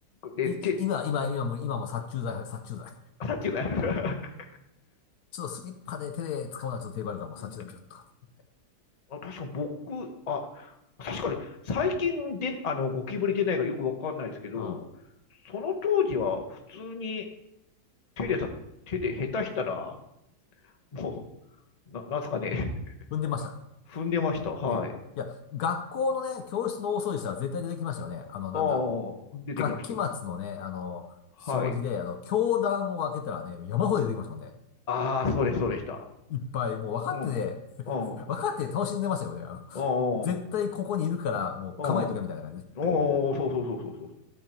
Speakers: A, on the left; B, on the left.
A: う、で、
B: い、
A: 手
B: い、今、今、今も、今も殺虫剤、殺虫剤。
A: さっきの、<laughs>
B: ちょっとスリッパで手で掴むのはちょっと手張るから、もう殺虫剤ピュッとかって。
A: うんあ確か僕、あ、確かに最近で、あの、ゴキブリ出ないかよくわかんないですけど、
B: うん。
A: その当時は普通に手でさ、手で下手したら、もう、な、なんすかね、<laughs>
B: 踏んでました。
A: 踏んでました。はい。
B: ね。いや、学校のね、教室の大掃除したら絶対出てきましたよね。あの、なんだ。
A: ああ、出てきました。
B: 学期末のね、あの、
A: はい。
B: 掃除で、あの、教壇を開けたらね、山ほど出てきましたもんね。
A: ああ、そうです、そうでした。
B: いっぱい、もう分かってて、
A: うん。うん。
B: <laughs>
A: う
B: 分かって楽しんでましたよね。あの、
A: ん。
B: 絶対ここにいるから、
A: うん。
B: もう構えとけみたいな感じで。
A: うんおーそうそうそうそうそう。